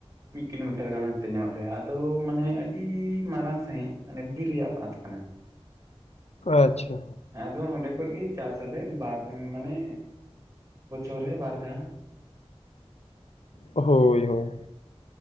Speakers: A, on the right; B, on the left.
A: ᱢᱤᱫ ᱠᱤᱞᱳᱢᱤᱴᱟᱨ ᱜᱟᱱ ᱦᱟᱱᱛᱮ ᱧᱚᱜ ᱨᱮ ᱟᱫᱚ ᱢᱟᱱᱮ ᱟᱹᱰᱤ ᱢᱟᱨᱟᱝ ᱥᱟᱹᱦᱤᱡ ᱢᱟᱱᱮ ᱵᱤᱨ ᱨᱮᱭᱟᱜ ᱵᱟᱛᱷ ᱠᱟᱱᱟ
B: ᱟᱪᱪᱷᱟ
A: ᱟᱫᱚ ᱚᱸᱰᱮ ᱠᱷᱚᱡ ᱜᱮ ᱪᱟᱥ ᱟᱞᱮ ᱵᱟᱨ ᱢᱟᱱᱮ ᱵᱚᱪᱷᱚᱨ ᱨᱮ ᱵᱟᱨ ᱫᱷᱟᱣ
B: ᱦᱳᱭ ᱦᱳᱭ